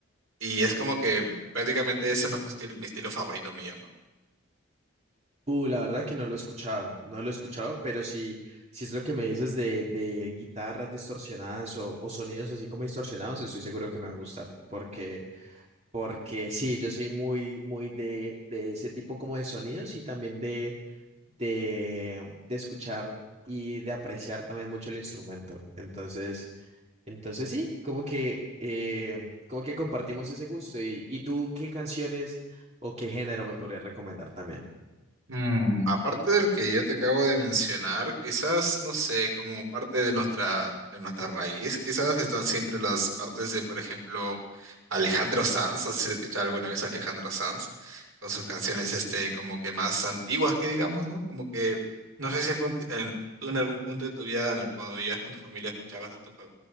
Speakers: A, on the right; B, on the right.
A: y es como que prácticamente ese es nuestro estilo, mi estilo favorito mío, ¿no?
B: Uh, la verdad que no lo he escuchado, no lo he escuchado, pero si, si es lo que me dices de, de guitarras distorsionadas o, o sonidos así como distorsionados, estoy seguro que me va a gustar, porque Porque sí, yo soy muy, muy de, de ese tipo como de sonidos y también de, de, de escuchar y de apreciar también mucho el instrumento. Entonces, entonces sí, como que, eh, como que compartimos ese gusto. ¿Y, y tú qué canciones o qué género me podrías recomendar también?
A: Mm, Aparte del que yo te acabo de mencionar, quizás, no sé, como parte de nuestra, de nuestra raíz, quizás están siempre las partes de, por ejemplo, Alejandro Sanz, no sé si has escuchado alguna vez a Alejandro Sanz, con sus canciones este, como que más antiguas que digamos, ¿no? Como que, no sé si algún ti- en- tú en algún punto de tu vida, en el- cuando vivías con tu familia, escuchabas a tu, fa-